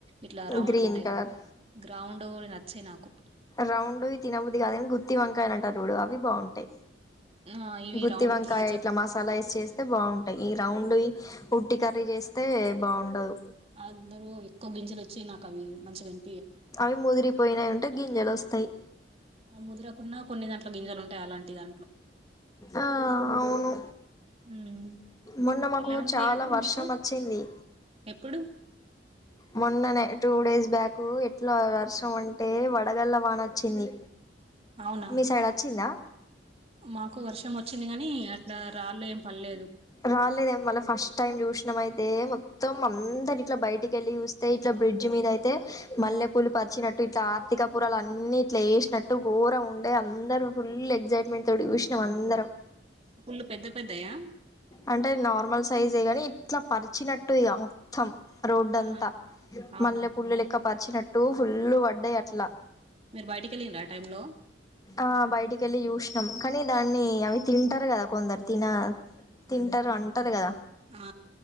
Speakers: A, on the right; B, on the left.
A: ఇట్లా రౌండ్
B: గ్రీన్
A: గా ఉంటాయి
B: కలర్
A: కదా గ్రౌండ్ ో నచ్చే నాకు
B: రౌండ్వి తినబద్ది కాదుగానీ గుత్తి వంకాయలంటారు చూడు అవి బాగుంటాయి
A: ఆ ఇవి
B: గుత్తి
A: రౌండ్
B: వంకాయ
A: కొంచెం
B: ఇట్లా మసాలా వేస్ చేస్తే బాగుంటాయి ఈ రౌండ్ ఇట్టి కర్రీ చేస్తే బాగుండదు
A: అందలో ఎక్కువ గింజలు వచ్చి నాకు అవి మంచి గంజ
B: అవి ముదిరి పోయినాయి ఉంటే గింజలు వస్తాయి
A: ఆ ముదర్రకున్న కొన్ని దాంట్ల గింజలు ఉంటాయి అలాంటిదా
B: ఆ అవును
A: ఉమ్
B: మొన్న మాకు
A: ఎలా ఉంది
B: చాలా
A: అటు
B: వర్షం
A: మీకు
B: వచ్చింది
A: ఎప్పుడు
B: మొన్ననే టూ డేస్ బ్యాకు ఎట్లా వర్షం అంటే వడగల్ల వానొచ్చింది
A: అవునా
B: మీ సైడ్ వచ్చిందా
A: మాకు వర్షం వచ్చింది కాని అట్లా రాళ్ళు ఏం పడలేదు
B: రాలేదే మళ ఫస్ట్ టైం చూసినయితే మొత్తం మ అందరు ఇట్లా బయటికి వెళ్ళి చూస్తే ఇట్లా బ్రిడ్జ్ మీద అయితే మల్లె
A: ఆ
B: పూలు పరిచినట్టు ఇట్లా ఆర్థికపురాలు అన్నిీ ఇట్లా వేసినట్టుఘోర ఉండే అందరం ఫుల్ ఎగ్జైట్మెంట్ తోటి చూసినాం అందరం
A: పుల్లు పెద్ద పెద్దయా
B: అంటే నార్మల్ సైజే గాని ఇట్లా పరిచినట్టుదిగా మొత్తం రోడ్
A: ఆ
B: అంతా
A: అవునా
B: మల్లెపూలు లెక్క పరిచినట్టు ఫుల్ వడ్డాయి అట్లా
A: మీరు బయటికి వెళ్ళిండ్రా ఆ టైంలో
B: ఆ బయటికి వెళ్ళి చూసినాం కానీ దాన్ని అవి తింటారు కదా కొందరు తిన తింటారు అంటారు కదా
A: ఆ